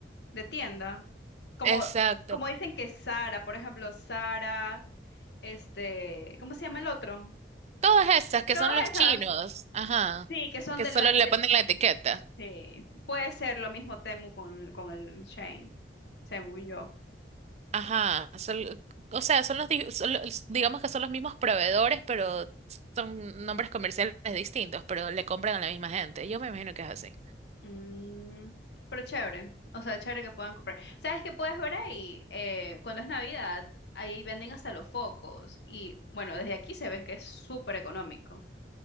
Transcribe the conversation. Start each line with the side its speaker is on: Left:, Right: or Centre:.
Left: de tienda. Como,
Right: Exacto.
Left: como dicen que Sara, por ejemplo, Sara, este, ¿cómo se llama el otro?
Right: Todas esas que
Left: Todas
Right: son los chinos,
Left: esas,
Right: ajá,
Left: sí, que son
Right: que
Left: de
Right: solo
Left: la, del-
Right: le ponen la etiqueta.
Left: sí, puede ser lo mismo Temu con, con el Shane, según yo.
Right: Ajá, son- o sea, son los, di- son los- digamos que son los mismos proveedores, pero son nombres comerciales distintos, pero le compran a la misma gente. Yo me imagino que es así.
Left: Mm, pero chévere, o sea, chévere que puedan comprar. ¿Sabes qué puedes ver ahí? Eh, cuando es Navidad, ahí venden hasta los focos y bueno, desde aquí se ven que es súper económico.